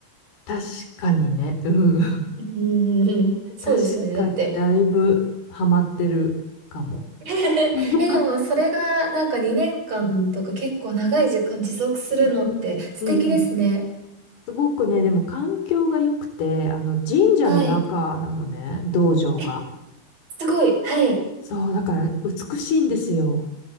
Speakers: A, on the left (about 90°); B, on the right (about 40°).
A: 確かにね、うん。
B: うーん、<laughs> そうですよね。
A: 確かにだいぶハマってるかも。
B: だって。<laughs>
A: <laughs>
B: え、でもそれがなんか2年間とか結構長い時間持続するのって素敵ですね。
A: うん、うん、うんすごくね、でも環境が良くて、あの神社の中なのね、
B: はい。
A: 道場が。
B: え、すごい。はい。
A: そう、だから美しいんですよ。